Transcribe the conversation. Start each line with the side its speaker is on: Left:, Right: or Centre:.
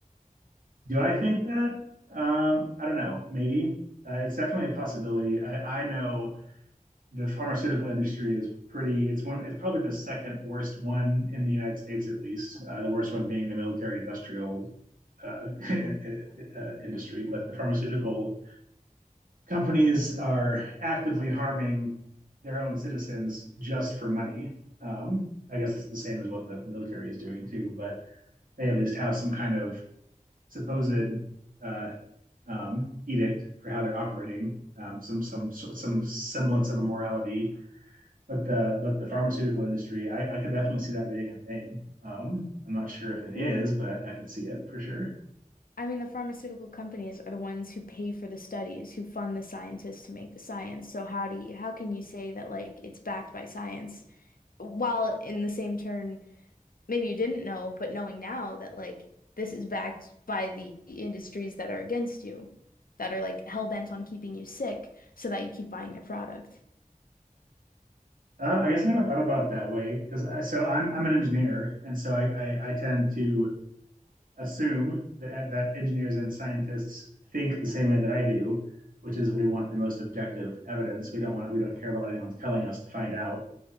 Right: Do I think that? Um, I don't know. Maybe uh, it's definitely a possibility. I, I know the pharmaceutical industry is pretty it's one it's probably the second worst one in the united states at least uh, the worst one being the military industrial uh, <laughs> uh, industry but the pharmaceutical companies are actively harming their own citizens just for money um, i guess it's the same as what the military is doing too but they at least have some kind of supposed uh, um, edict for how they're operating um, some some some semblance of a morality but the but the pharmaceutical industry, I, I could definitely see that being a thing. Um, I'm not sure if it
Left: Well,
Right: is, but I, I could see it for sure.
Left: I mean, the pharmaceutical companies are the ones who pay for the studies, who fund the scientists to make the science. So how do you, how can you say that like it's backed by science while in the same turn maybe you didn't know, but knowing now that like this is backed by the industries that are against you, that are like hell bent on keeping you sick so that you keep buying their product.
Right: Uh, I guess I never thought about it that way because so I'm I'm an engineer, and so I, I, I tend to assume that that engineers and scientists think the same way that I do, which is we want the most objective evidence. We don't want we don't care about what anyone's telling us to find out.